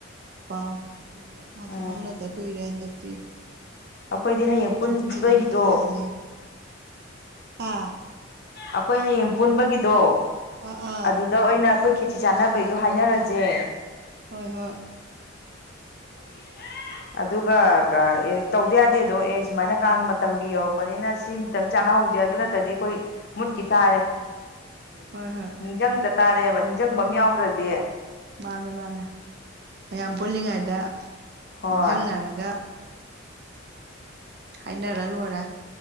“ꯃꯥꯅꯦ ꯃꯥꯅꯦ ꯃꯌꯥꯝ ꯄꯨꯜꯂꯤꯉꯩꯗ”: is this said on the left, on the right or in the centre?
Right